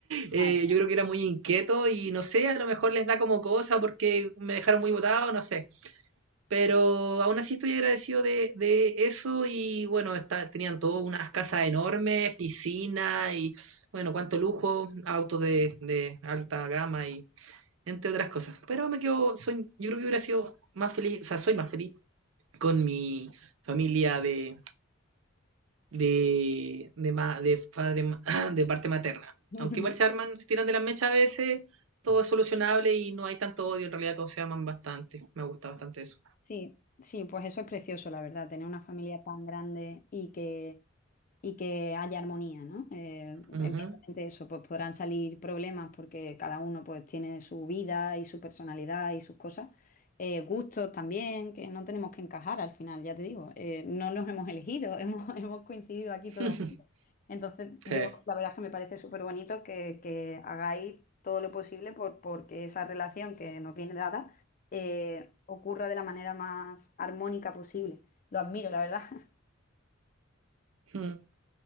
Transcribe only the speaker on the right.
Eh,
yo creo que era muy inquieto y no sé, a lo mejor les da como cosa porque me dejaron muy botado, no sé, pero aún así estoy agradecido de, de eso y bueno, está- tenían todas unas casas enormes, piscina y bueno, cuánto lujo, autos de, de alta gama y entre otras cosas. Pero me quedo, soy, yo creo que hubiera sido más feliz, o sea, soy más feliz con mi familia de, de, de, ma- de, padre ma- <clears throat> de parte materna.
Aunque igual se
arman, se tiran de las mechas a veces, todo es solucionable y no hay tanto odio, en realidad todos se aman bastante. Me gusta bastante eso.
Ujú.
<laughs>
Sí.
Mm.